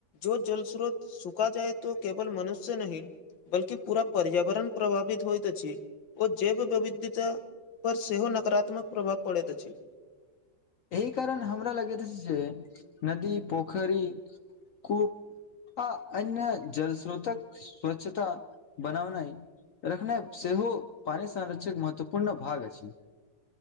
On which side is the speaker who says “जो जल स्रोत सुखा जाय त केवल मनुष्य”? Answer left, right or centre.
Left